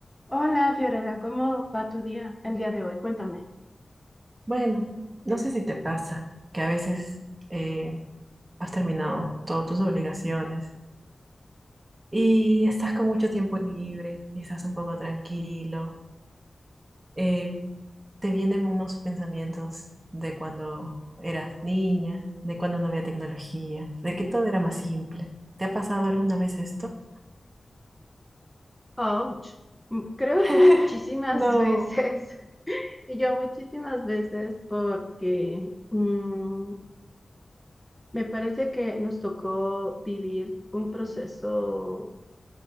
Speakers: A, in the centre; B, on the right (about 35°).
A: Hola Fiorella, ¿cómo va tu día el día de hoy? Cuéntame.
B: Bueno, no sé si te pasa que a veces eh, has terminado todas tus obligaciones y estás con mucho tiempo libre y estás un poco tranquilo. eh, te vienen unos pensamientos de cuando eras niña, de cuando no había tecnología, de que todo era más simple. ¿Te ha pasado alguna vez esto?
A: Ouch. Mm, Creo
B: <laughs>
A: que muchísimas
B: No,
A: veces, <laughs> y yo muchísimas veces, porque mm, me parece que nos tocó vivir un proceso